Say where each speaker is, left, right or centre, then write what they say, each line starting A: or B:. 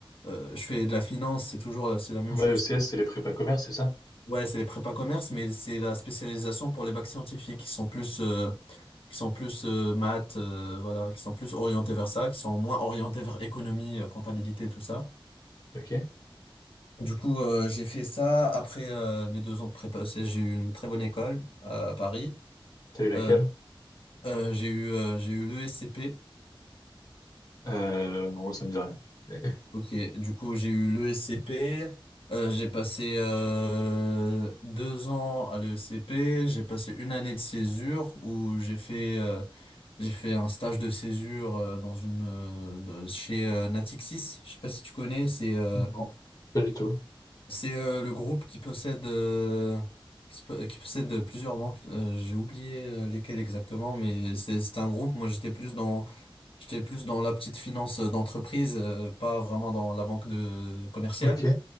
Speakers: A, on the left; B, on the left.
A: euh, je fais de la finance, c'est toujours euh, c'est la même
B: Ouais,
A: chose
B: ECS,
A: que
B: c'est les prépas commerce, c'est ça?
A: ouais c'est les prépas commerce mais c'est la spécialisation pour les bacs scientifiques qui sont plus euh, qui sont plus euh, maths euh, voilà qui sont plus orientés vers ça, qui sont moins orientés vers économie, euh, comptabilité tout ça.
B: Ok.
A: Du coup, euh, j'ai fait ça. Après euh, mes deux ans de prépa ECS, j'ai eu une très bonne école euh, à Paris.
B: T'as eu lesquelles?
A: Euh, Euh, j'ai eu euh, j'ai eu l'ESCP.
B: Euh, en gros, ça me dit rien. <laughs>
A: Ok, du coup j'ai eu l'ESCP. Euh, j'ai passé euh, deux ans à l'ESCP. J'ai passé une année de césure où j'ai fait euh, j'ai fait un stage de césure euh, dans une euh, de- chez euh, Natixis. Je sais pas si tu connais. C'est euh,
B: Non, pas du tout.
A: c'est euh, le groupe qui possède euh, qui, se po- qui possède plusieurs banques. Euh, j'ai oublié euh, lesquelles exactement, mais c'est c'est un groupe. Moi j'étais plus dans J'étais plus dans la petite finance euh, d'entreprise, euh, pas vraiment dans la banque de commerciale.
B: Ok.